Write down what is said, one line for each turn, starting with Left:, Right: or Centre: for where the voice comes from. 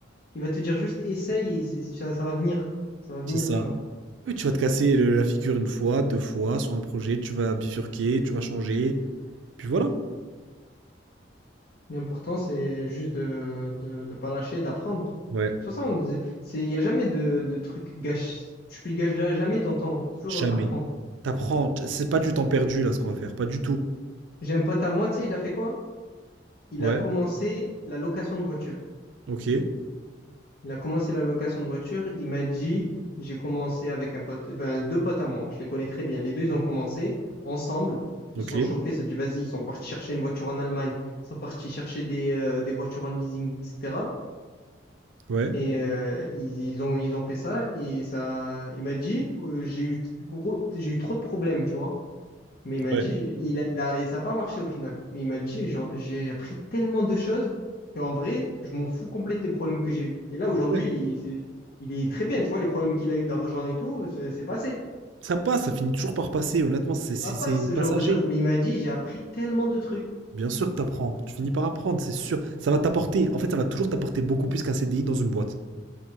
Left: Il va te dire juste essaye, et c'est- ça, ça va venir. Ça va venir,
Right: C'est ça.
Left: tu vois.
Right: Eux, tu vas te casser le- la figure une fois, deux fois sur un projet, tu vas bifurquer, tu vas changer, puis voilà.
Left: L'important, c'est juste de de, de pas lâcher, d'apprendre.
Right: Ouais,
Left: De toute façon, c'est- il n'y a jamais de, de truc gâché. Tu ne gâches jamais ton temps. Toujours,
Right: jamais.
Left: t'apprends.
Right: T'apprends, t- c'est pas du temps perdu là ce qu'on va faire, pas du tout.
Left: J'ai un pote à moi, tu sais, il a fait quoi? Il
Right: Ouais,
Left: a commencé la location de voiture.
Right: ok,
Left: Il a commencé la location de voiture. Il m'a dit, j'ai commencé avec un pote, enfin, deux potes à moi. Je les connais très bien. Les deux, ils ont commencé ensemble.
Right: ok,
Left: Ils se sont chauffés. Ils se sont dit, vas-y, ils sont partis chercher une voiture en Allemagne. Ils sont partis chercher des, euh, des voitures en leasing, etc.
Right: ouais,
Left: Et euh, ils, ils ont, ils ont fait ça. Et ça, il m'a dit, euh, j'ai eu gros, j'ai eu trop de problèmes, tu vois. Mais il m'a
Right: ouais.
Left: dit, il a, il a, et ça n'a pas marché au final. Mais il m'a dit, genre, j'ai appris tellement de choses qu'en vrai, je m'en fous complètement des problèmes que j'ai eus. Et là, aujourd'hui,
Right: Ouais.
Left: il, c'est- il est très bien, tu vois, les problèmes qu'il a eu d'argent et tout, c'est c'est passé.
Right: Ça passe, ça finit toujours par passer, honnêtement, c'est c'est-
Left: Ça passe,
Right: c'est
Left: ce
Right: passager.
Left: genre de choses. Mais il m'a dit, j'ai appris tellement de trucs.
Right: Bien sûr que t'apprends, tu finis par apprendre, c'est sûr. Ça va t'apporter, en fait, ça va toujours t'apporter beaucoup plus qu'un CDI dans une boîte.